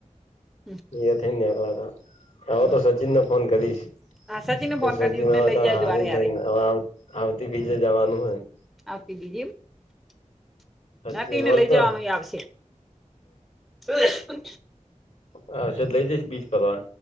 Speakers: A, in the centre; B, on the left (about 60°).
A: <unintelligible>
B: એ થઈ ને આલા તો
A: હમ.
B: હવે તો સચિનને ફોન કરીશ.
A: હા સચિનને
B: કો
A: ફોન
B: સચિન
A: કરજો એમને
B: હોય
A: લઈ
B: તો
A: જાજો
B: હાહરી
A: હારે
B: થઈને
A: હારે
B: હવે આવતી બીજે જવાનું હોય ને....
A: આવતી <unintelligible>
B: સચિન બોલતો
A: લઈ જવાનું આવશે. <unintelligible>
B: હા આજેજ લેય જઈશ બીચ ફરવા...